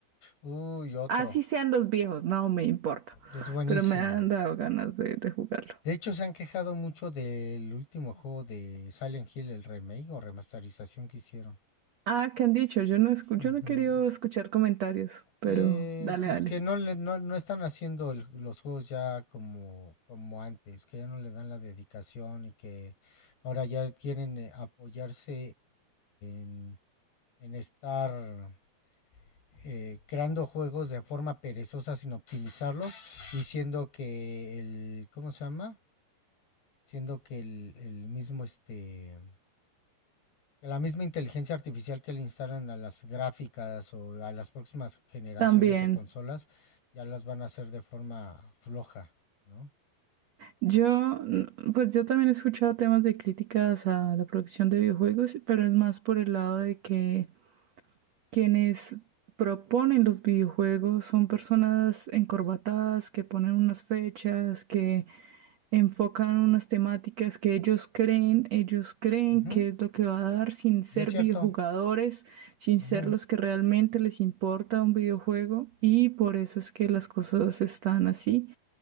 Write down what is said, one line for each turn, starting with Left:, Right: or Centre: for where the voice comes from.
Left: Uy, otro.
Right: Así sean los viejos, no me importa,
Left: Es buenísimo.
Right: pero me han dado ganas de, de jugarlo.
Left: De hecho, se han quejado mucho del último juego de Silent Hill, el remake o remasterización que hicieron.
Right: Ah, ¿qué han dicho? Yo no escu-
Left: Ujú.
Right: yo no he querido escuchar comentarios,
Left: Que,
Right: pero dale,
Left: pues
Right: dale.
Left: que no, le, no, no están haciendo el- los juegos ya como, como antes, que ya no le dan la dedicación y que ahora ya quieren eh, apoyarse en, en estar eh, creando juegos de forma perezosa sin optimizarlos, diciendo que el, ¿cómo se llama? siendo que el, el mismo, este, la misma inteligencia artificial que le instalan a las gráficas o a las próximas generaciones
Right: También.
Left: de consolas, ya las van a hacer de forma floja, ¿no?
Right: Yo, mm, pues yo también he escuchado temas de críticas a la producción de videojuegos, pero es más por el lado de que Quienes proponen los videojuegos son personas encorbatadas que ponen unas fechas, que enfocan unas temáticas que ellos creen, ellos creen
Left: Ujú,
Right: que es lo que va a dar sin ser
Left: Y es cierto,
Right: videojugadores, sin
Left: ujú,
Right: ser los que realmente les importa un videojuego y por eso es que las cosas están así.